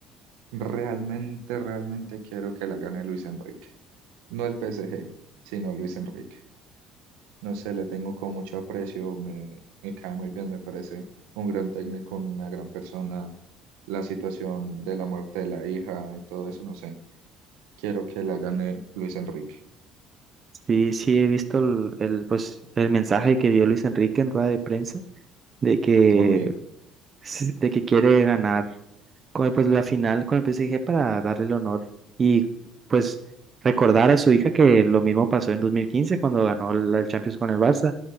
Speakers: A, on the right (about 80°); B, on the right (about 35°).
A: realmente, realmente quiero que la gane Luis Enrique. No el PSG, sino Luis Enrique. No sé, le tengo con mucho aprecio, me, me cae muy bien, me parece un gran técnico, una gran persona. La situación de la muerte de la hija y todo eso, no sé. Quiero que la gane Luis Enrique.
B: Sí, sí he visto el, el, pues el mensaje que dio Luis Enrique en rueda de prensa de que
A: Uy,
B: de que quiere ganar con el- pues, la final con el PSG para darle el honor y pues recordar a su hija que lo mismo pasó en 2015 cuando ganó la el Champions con el Barça.